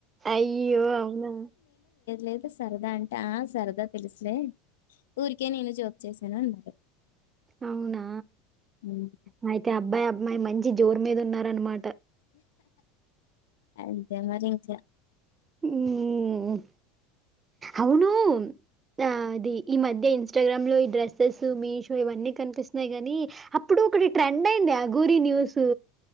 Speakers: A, on the right; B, on the left.
A: అయ్యో అవునా
B: లేదూ సరదా అంటే సరదా తెలుసులే ఊరికే నేను జోక్ చేసాను అన్నారు
A: అవునా
B: హ్మ్.
A: ఆయి తే అబ్బాయి అబ్మాయి మంచి జోరు మీద ఉన్నారు అనమాట
B: అంతే మరి ఇంకా
A: హుమ్ అవును ఆ అది ఈ మధ్య ఇన్స్టాగ్రామ్ లో ఈ డ్రెస్సెస్ మీషో ఇవన్నీ కనిపిస్తున్నాయి గానీ అప్పుడు ఒకటి ట్రెండ్ అయింది అగోరి న్యూస్